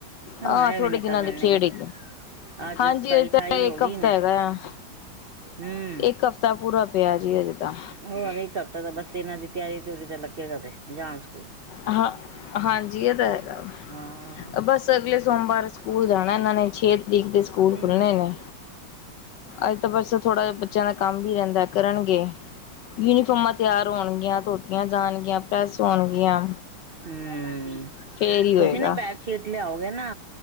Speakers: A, on the right; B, on the left.
A: ਹਾਂ
B: ਆਹ
A: ਇਹ
B: ਥੋੜੇ
A: ਵੀ ਨਿਕਲ
B: ਦਿਨਾਂ
A: ਜਾਣਗੇ।
B: ਦੀ ਖੇਡ ਏ
A: ਅੱਜ
B: ਹਾਂਜੀ,
A: ਸਤਾਈ
B: ਅਜੇ
A: ਅਠਾਈ
B: ਤਾਂ
A: ਹੋ
B: ਇੱਕ
A: ਗਈ
B: ਹਫ਼ਤਾ
A: ਨੇ
B: ਹੈਗਾ ਆ
A: ਹਮ
B: ਇੱਕ ਹਫ਼ਤਾ ਪੂਰਾ ਪਿਆ ਜੀ ਅਜੇ ਤਾ
A: ਹੋਰ ਇੱਕ ਹਫਤਾ ਤਾ ਬਸ ਏਨਾ ਦੀ ਤਿਆਰੀ ਤਉਰੀ ਤੇ ਲਗੇ ਰਵੇ ਜਾਣ ਸਕੂਲ
B: ਹਾਂ, ਹਾਂਜੀ ਏ ਤਾਂ ਹੈਗਾ ਵਾ,
A: ਹਾਂ
B: ਬਸ ਅਗਲੇ ਸੋਮਵਾਰ, ਸਕੂਲ ਜਾਣਾ ਏ ਨਾਂ ਨੇ, ਛ ਤਰੀਕ ਦੇ ਸਕੂਲ
A: ਹੂੰ।
B: ਖੁੱਲਣੇ ਨੇ। ਅੱਜ ਤਾਂ ਬਸ ਥੋੜਾ ਜਾ ਬੱਚੇਆਂ ਦਾ ਕੰਮ ਵੀ ਰੈਦਾ, ਕਰਨਗੇ ਯੂਨੀਫੋਮਾਂ ਤਿਆਰ ਹੋਣਗੀਆਂ, ਧੋਤੀਆਂ ਜਾਣਗੀਆਂ, ਪ੍ਰੈਸ ਹੋਣਗੀਆਂ।
A: ਹੂੰ,
B: ਫੇਰ ਹੀ
A: ਤੁਸੀਂ
B: ਹੋਏਗਾ
A: ਨਾ ਬੈਡਸ਼ੀਟ ਲਿਆਓਗੇ ਨਾ